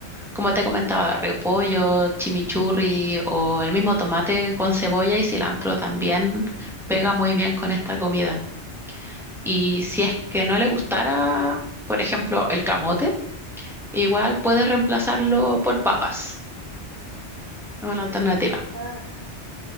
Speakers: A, in the centre; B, on the right.
A: Como te comentaba, repollo, chimichurri o el mismo tomate con cebolla y cilantro también pega muy bien con esta comida. Y si es que no le gustara, por ejemplo, el camote, igual puedes reemplazarlo por papas, ¿no? Una alternativa.
B: Y la papa,